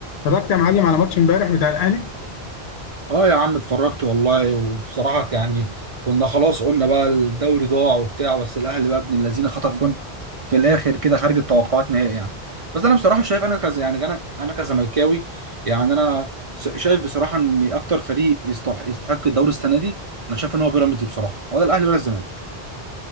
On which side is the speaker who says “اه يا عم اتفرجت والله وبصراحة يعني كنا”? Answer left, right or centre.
Right